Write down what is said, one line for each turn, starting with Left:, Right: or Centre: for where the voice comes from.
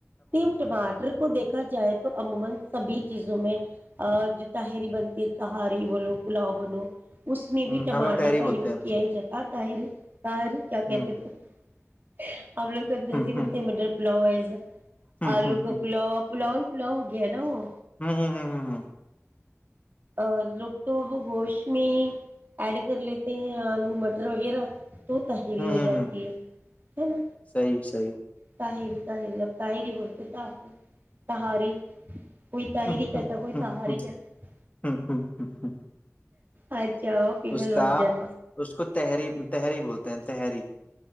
Right: ٹیم ٹماٹر کو دیکھا جائے تو عموما سبھی چیزوں میں ا جو تہری بنتی ہے تہاری بولو پلاؤ بنو اس میں
Left: ہوں،
Right: بھی ٹماٹر
Left: ہم لوگ تحری
Right: کا
Left: بولتے
Right: یوز
Left: ہیں
Right: کیا جاتا تاہر طر کیا کہتے
Left: ہ
Right: تھ ا اگ دبجی
Left: ہ ہ
Right: ولتےم منر پلئز
Left: ہ ہ
Right: آلو
Left: ہ
Right: کا پلاو پلاؤ ا ل ہو گیا نا وہ
Left: ہ ہ ہ ہ
Right: اور لوگ تو وہ گوشت میں ایڈ کر لیتے ہیں آلو مٹر وغیرہ تو تہری
Left: ہ ہ
Right: ہو جاتی
Left: ہ
Right: ہے ہے نا
Left: صحیح صحیح
Right: تاہری تاہری اب تاہری بولتے ت تاری کوئی تاہری
Left: ہوں
Right: کہتا
Left: ہوں
Right: کوئی
Left: ہوں
Right: تاہاری
Left: ہوں
Right: کہتا
Left: ہوں ہوں ہ ہوں
Right: اچا جاؤ فیمل
Left: اس کا
Right: وور جن
Left: اس کو تحری تحری بولتے ہیں تحری